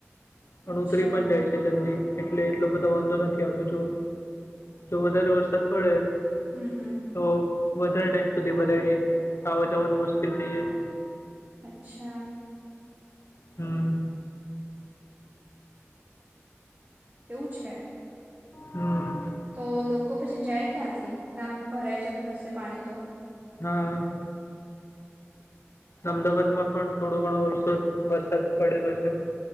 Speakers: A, on the left; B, on the right.
A: પણ
B: અચ્છા
A: ઉતરી પણ જાય છે જલ્દી એટલે એટલો બધો વાંધો નથી આવતો જો જો વધારે વરસાદ પડે
B: હમ્મ હમ્મ.
A: તો વધારે ટાઈમ સુધી ભરાય રેય, આવવા જવાનું મુશ્કેલ થઈ જાય.
B: અચ્છા.
A: હમ્મ.
B: એવું છે.
A: હમ.
B: તો લોકો પછી જાય ક્યાંથી ત્યાં ભરાઈ જતું હશે પાણી તો?
A: હા. અમદાવાદ માં પણ થોડો ઘણો વરસોદ વરસાદ પડેલો છે.